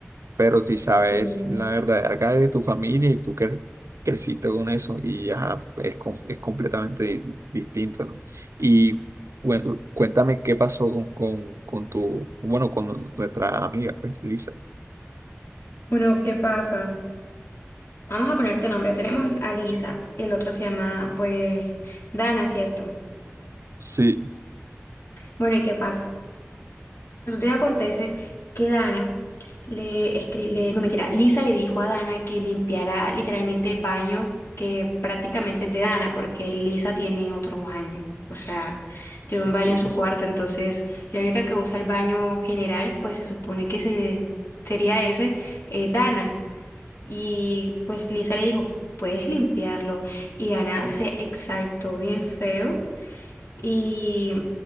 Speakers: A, on the right (about 80°); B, on the left (about 55°).
A: pero si sabes
B: Mm.
A: la verdadera cara de tu familia y tú cre- creciste con eso y ajá, es, com- es completamente di- distinto, ¿no? Y bueno, cuéntame qué pasó con, con, con tu, bueno, con nu- nuestra amiga, pues, Lisa.
B: Bueno, ¿qué pasa? Vamos a poner tu nombre. Ya tenemos a Lisa. El otro se llama, pues, Dana, ¿cierto?
A: Sí.
B: Bueno, ¿y qué pasa? Resulta y acontece que Dana le escri- le, no mentira, Lisa le dijo a Dana que limpiara literalmente el baño que prácticamente es de Dana, porque Lisa tiene otro baño. O sea, tiene un
A: ok.
B: baño en su cuarto, entonces la única que usa el baño general, pues se supone que se, sería ese, eh, Dana. Y pues Lisa le dijo, puedes limpiarlo. Y Ana se exaltó bien feo. Y